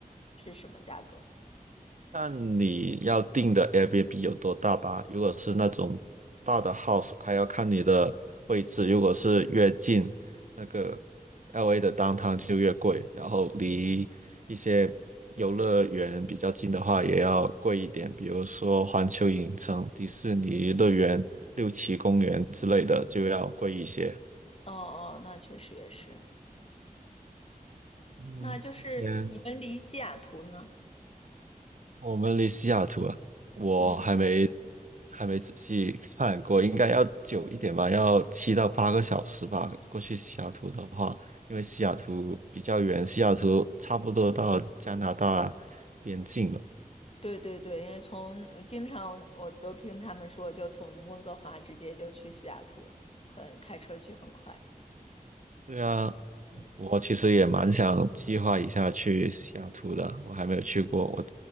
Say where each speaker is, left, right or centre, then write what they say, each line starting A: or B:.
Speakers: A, on the left (about 40°); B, on the right (about 55°).
A: 是什么价格？
B: 看你要订的 Airbnb 有多大吧。如果是那种大的 house，还要看你的位置。如果是越近那个 LA 的 downtown 就越贵，然后离一些游乐园比较近的话也要贵一点，比如说环球影城、迪士尼乐园、
A: 嗯，
B: 六旗公园之类的就要贵一些。
A: 哦哦，那确实也是。
B: 嗯，
A: 那就是你们离西雅图呢？
B: 嗯，我们离西雅图啊，我还没
A: 嗯，
B: 还没仔细看过，应该要久一点吧，要七到八个小时吧。过去西雅图的话，因为西雅图比较远，西雅图差不多到加拿大边境了。
A: 对对对，因为从呃经常我都听他们说，就从温哥华直接就去西雅图了，很开车去很快。
B: 对啊，
A: 嗯，
B: 我其实也蛮想计划一下去西雅图的，我还没有去过。我